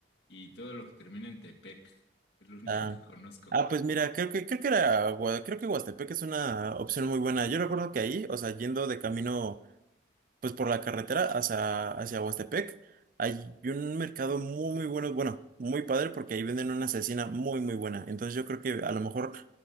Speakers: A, on the left; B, on the right.
A: y todo lo que termina en Tepec, es lo único
B: Ah,
A: que conozco.
B: ah, pues mira, creo que, creo que era, Gua- creo que Huastepec es una opción muy buena. Yo recuerdo que ahí, o sea, yendo de camino pues por la carretera hacia, hacia Huastepec. Hay un mercado muy, muy bueno, bueno, muy padre porque ahí venden una asesina muy, muy buena. Entonces yo creo que a lo mejor,